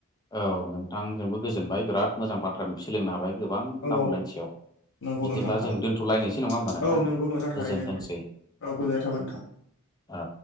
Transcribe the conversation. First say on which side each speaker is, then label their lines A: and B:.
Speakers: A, on the left (about 20°); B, on the left (about 60°).
A: औ नोंथांजोंबो गोजोनबाय बिराद मोजां बाथ्रा सोलोंनो हाबाय गोबां
B: औ
A: ना हमनायनि सायाव।
B: नंगौ
A: बिदिब्ला
B: नोंथां थारैनो
A: जों दोन्थ'लायनोसै नङा होमबा नोंथां
B: औ नंगौ थारैनो
A: गोजोनथोंसै
B: दे औ गोजोननाय थाबाय नोंथां
A: औ।